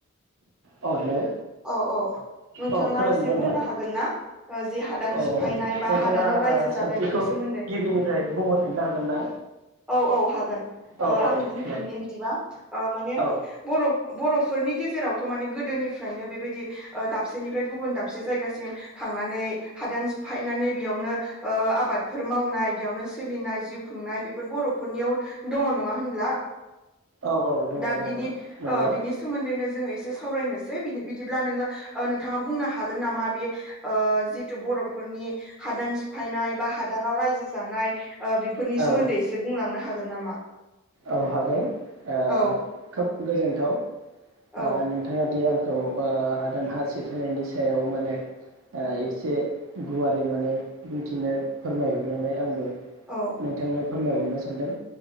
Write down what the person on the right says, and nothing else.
अ हेलौ।
औ खोनादोंना
नोंथां
औ
नोंथाङा
ओ
सोंथिखौ
गिबिनिफ्राय बुंहरफिननो हागोन ना
औ
औ
दे
औ
औ औ दङ
दङ
नंगौ
औ
औ हागोन ओ
खोब गोजोन। थाव।
ओ नोंथाङा दि आं खौ ओ हादान हा सिफायनायनि सायाव माने ओ एसे गुवारै माने बुंथिनो फोरमायहरनानै आंबो
नोंथांनो फोरमायहरनो सानदों।